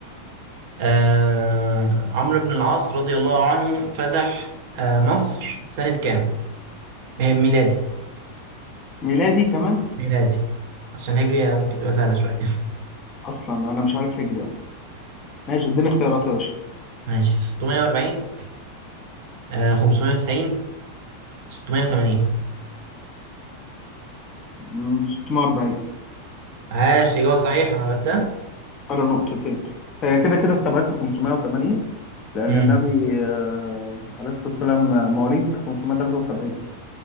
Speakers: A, on the right (about 50°); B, on the left (about 30°).
A: آه عمرو بن العاص رضي الله عنه فتح آه مصر سنة كام؟ به- ميلادي
B: ميلادي كمان
A: ميلادي عشان الهجري ممكن تبقى سهلة شوية
B: أصلا أنا مش عارف هجري أصلا ماشي اديني اختيارات يا باشا
A: <laughs> ماشي 640 آه 590 680
B: مم، 640
A: عاش إجابة صحيحة عملتها
B: فرق نقطتين هي كده كده استبعدت 580 لأن
A: امم
B: النبي آه، عليه الصلاة والسلام آه، مواليد 573